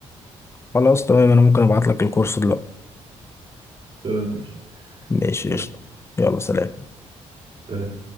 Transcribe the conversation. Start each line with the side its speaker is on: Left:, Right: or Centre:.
Left: خلاص تمام انا ممكن ابعت لك الكورس دلوقتي
Right: تمام ماشي
Left: ماشي
Right: يلا
Left: قشطة يلا سلام
Right: سلام